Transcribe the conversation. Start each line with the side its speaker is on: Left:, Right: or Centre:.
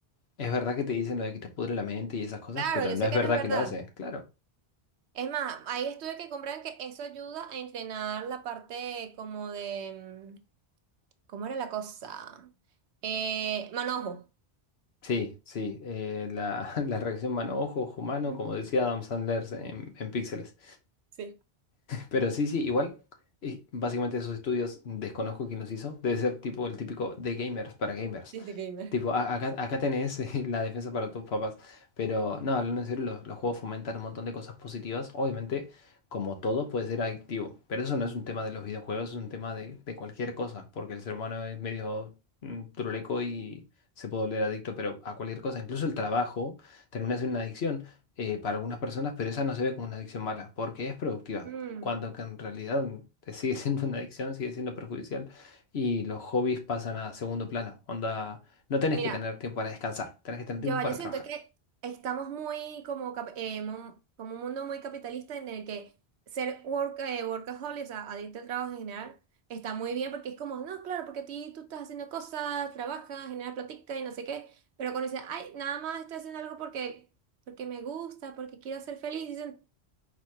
Left: es verdad que te dicen lo de que te pudre la mente y esas cosas,
Right: Claro,
Left: pero
Right: yo
Left: no
Right: sé
Left: es
Right: que
Left: verdad
Right: no es verdad.
Left: que lo hace, claro.
Right: Es más, hay estudios que comprueban que eso ayuda a entrenar la parte como de... mm, ¿Cómo era la cosa? Eh, manojo.
Left: Sí, sí, eh, la, <laughs> la reacción mano-ojo, ojo-mano,
Right: Mm,
Left: como decía Adam Sandler en, en Píxeles.
Right: Sí,
Left: Pero sí, sí, igual, y básicamente esos estudios desconozco quién los hizo. Debe ser tipo el típico de gamers para gamers.
Right: Disney Gamer.
Left: Tipo, "A- acá, acá tenés <laughs> la defensa para tus papás. Pero no, hablando en serio, los, los juegos fomentan un montón de cosas positivas. Obviamente, como todo, puede ser adictivo. Pero eso no es un tema de los videojuegos, es un tema de, de cualquier cosa. Porque el ser humano es medio mm, truleco y se puede volver adicto, pero a cualquier cosa. Incluso el trabajo termina siendo una adicción eh, para algunas personas, pero esa no se ve como una adicción mala, porque es productiva,
Right: mm.
Left: y cuando que en realidad <laughs> te sigue siendo una adicción, sigue siendo perjudicial y los hobbies pasan a segundo plano. Onda, no tenés
Right: Mira,
Left: que tener tiempo para descansar, tenés que tener
Right: yo,
Left: tiempo para
Right: yo siento
Left: trabajar.
Right: que estamos muy como, cap- eh, mon- como un mundo muy capitalista en el que ser work, eh, workaholic, o sea, adicto al trabajo en general, está muy bien porque es como, no, claro, porque a ti tú estás haciendo cosas, trabajas, generas platica y no sé qué, pero cuando dicen, ay, nada más estoy haciendo algo porque, porque me gusta, porque quiero ser feliz, dicen,